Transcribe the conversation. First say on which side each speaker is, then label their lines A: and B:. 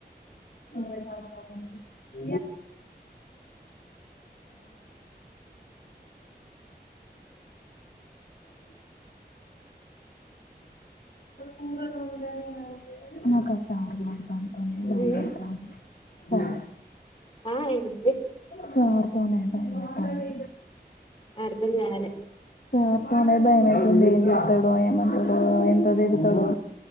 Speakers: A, on the left; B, on the left.
A: <unintelligible> ఉమ్ <unintelligible> దాంతోనే భయం
B: ఉమ్
A: అయితాంది చాలు
B: ఆ ఏమండి
A: సార్తోనే భయం అయితాంది
B: అర్థం కాలే
A: సార్ తోనే భయం అయితుంది ఏం చెప్తడో ఏం అంటడో ఎంత తీడతడో